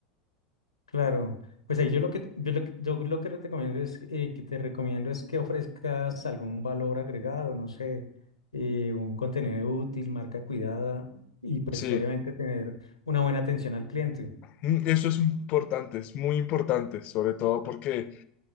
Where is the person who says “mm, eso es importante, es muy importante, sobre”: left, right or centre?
Left